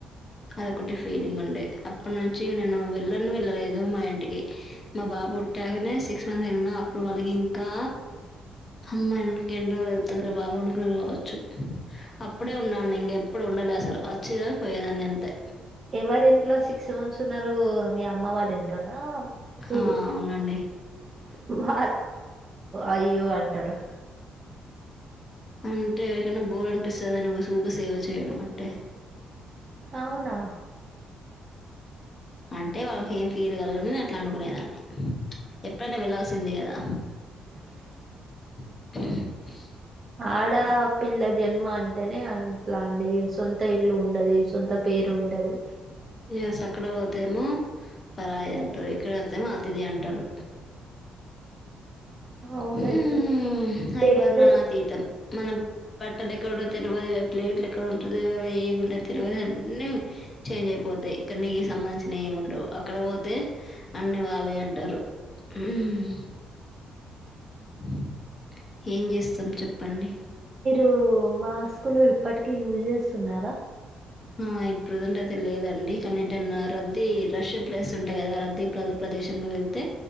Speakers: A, on the left; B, on the right.
A: అది ఒకటి ఫేర్. ంగ్ ఉండే అప్పటి నుంచి నేను వెళ్ళను వెళ్ళలేదు మా ఇంటికి. మా బాబు పుట్టాకనే సిక్స్ మంత్ వెళ్ళినా అప్పుడు వాళ్ళకి ఇంకా, అమ్మా ఇంకేన్న రోజులు ఎళ్తది రా బాబు అనుకున్నారు గావచ్చు అప్పుడే ఉన్నాన్ని ఇంగ ఎప్పుడు ఉండలే అసలు వచ్చిదని పోయేదాన్ని అంతే.
B: ఎవరి ఇంట్లో సిక్స్ మంత్స్ ఉన్నారు మీ అమ్మ వాళ్ళ ఇ డొనా వీల్లా
A: అవునండి
B: అయ్యో అంటరు
A: అంటే ఎవరికనా బోర్ అనిపిస్తది నువ్వు సూక సేవ చేయడం అంటే.
B: అవునా!
A: అంటే వాళ్ళకి ఏం ఫీల్ కలగదు నేను అట్లా అనుకునేదాన్ని. ఎప్పుడైనా వెల్లాల్సింది కదా
B: హమ్
A: <unintelligible>
B: ఆడా పిల్ల జన్మ అంటేనే అంట్లా అండి సొంత ఇల్లు ఉండది సొంత పేరు ఉండది.
A: ఎస్ అక్కడ పోతేమో పరాయిది అంటారు, ఇక్కడ వొతేమో అతిథి అంటారు.
B: అవునండి
A: హ్మ్మ్ అవి
B: పేర్లు
A: వర్ననాతీతం
B: కూడా
A: మన పట్టద ఎక్కడ. తెలువది గా ప్లేట్లు ఎక్కడ ఉంటది అ ఏముండ తెలువది అన్ని చేంజ్ అయిపోతాయి. ఇక్క నీ సంబంధించిన ఏమి ఉండవు అక్కడ పోతే అన్ని వాలయే అంటారు హ్మ్ అ ఏం జేస్తాం చెప్పండి.
B: రు మాస్కులు ఇప్పటికీ యూజ్ జేస్తున్నారా
A: ఆ ఇప్పుడు ప్రజెంట్ అయితే లేదండి కానీ ఏటన్నా రద్దీ రష్ ప్లేస్ ఉంటాయి కదా రద్దీ ప్రదేశంలో వెళ్తే